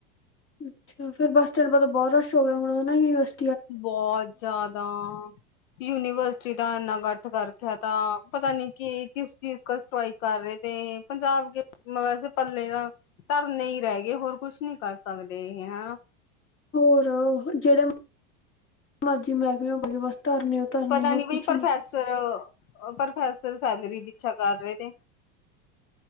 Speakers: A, on the left; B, on the left.
A: ਅੱਛਾ, ਫੇਰ ਬਸ ਸਟਡਾਂ ਤਾਂ ਬਹੁਤ ਰਸ਼ ਹੋ ਗਿਆ ਹੋਣਾ ਨਾ ਯੂਨੀਵਸ
B: ਬੋਤ ਜਾਦਾ। ਯੂਨੀਵਰਸਿਟੀ ਦਾ ਇੰਨਾ ਇਕੱਠ ਕਰ ਰਖੇਆ ਤਾ, ਪਤਾ ਨੀ ਕਿ ਕਿਸ ਚੀਜ਼ ਕਾ ਸਟ੍ਰਈਕ ਕਰ ਰਏ ਤੇ, ਪੰਜਾਬ ਵੈਸੇ ਪੱਲੇਆ ਧਰਨੇ ਈ ਰੈ ਗਏ, ਹੋਰ ਕੁਛ ਨੀ ਕਰ ਸਕਦੇ ਇਹ ਹਨਾ।
A: ਹੋਰ ਜੇੜੇ ਮਰਜ਼ੀ ਮਹਿਕਮੇ ਬਸ ਧਰਨੇ ਧਰਨੇ
B: ਪਤਾ
A: ਹੋਰ
B: ਨੀ
A: ਕੁਛ
B: ਬਈ ਪ੍ਰੋਫੈਸਰ-
A: ਨਹੀਂ
B: ਪ੍ਰੋਫੈਸਰ ਸੈਲਰੀ ਪਿੱਛਾ ਕਰ ਰਏ ਤੇ।